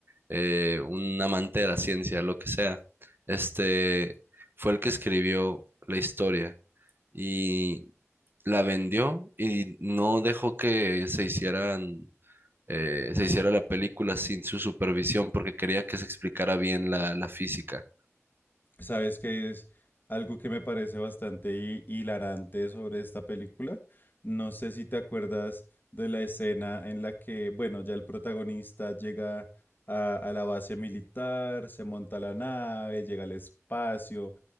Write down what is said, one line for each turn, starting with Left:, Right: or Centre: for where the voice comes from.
Right: eh, un amante de la ciencia, lo que sea, este, fue el que escribió la historia y la vendió y no dejó que se hicieran eh, se hiciera la película sin su supervisión porque quería que se explicara bien la, la física.
Left: ¿Sabes qué es algo que me parece bastante hi- hilarante sobre esta película? No sé si te acuerdas de la escena en la que, bueno, ya el protagonista llega a, a la base militar, se monta la nave, llega al espacio